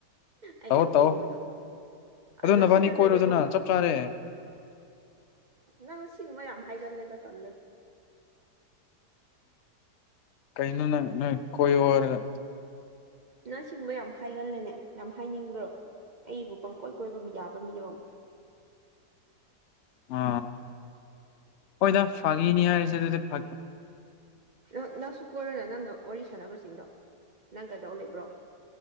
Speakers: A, on the right; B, on the left.
A: ꯑꯩ
B: ꯇꯧꯑꯣ
A: ꯅꯣꯛꯅꯤꯡꯕꯗꯣ
B: ꯇꯥꯛꯑꯣ ꯑꯗꯨꯣ
A: ꯉꯁꯤ
B: ꯅꯕꯥꯅꯤ
A: ꯈꯛꯇꯅꯦꯕ
B: ꯀꯣꯏꯔꯣꯗꯅ ꯆꯞ ꯆꯥꯔꯦ
A: ꯅꯪ ꯁꯤꯨꯝꯕ ꯌꯥꯝ ꯍꯥꯏꯒꯜꯂꯦꯗ ꯇꯜꯂꯦꯗ
B: ꯀꯩꯅꯅ ꯀꯣꯏ ꯋꯥꯔꯂ
A: ꯅ ꯁꯤꯒꯨꯝꯕ ꯌꯥꯝ ꯍꯥꯏꯒꯜꯂꯦꯅꯦ ꯌꯥꯝ ꯍꯥꯏꯅꯤꯡꯕ꯭ꯔꯣ ꯑꯩꯕꯨ ꯄꯪꯀꯣꯏ ꯀꯣꯏꯕ ꯃꯤ ꯌꯥꯕ ꯈꯨ ꯋꯥꯝ
B: ꯎ ꯍꯣꯏꯗ ꯐꯥꯒꯤꯅꯤ ꯍꯥꯏꯔꯤꯁꯦ ꯑꯗꯨꯗꯤ ꯐ
A: ꯅꯪ ꯅꯪꯁꯨ ꯀꯣꯏꯔꯣꯅ ꯅꯪꯅ ꯋꯥꯔꯤ ꯁꯥꯟꯅꯕꯁꯤꯡꯗꯣ ꯅꯪ ꯀꯩꯗꯧ ꯂꯩꯕ꯭ꯔꯣ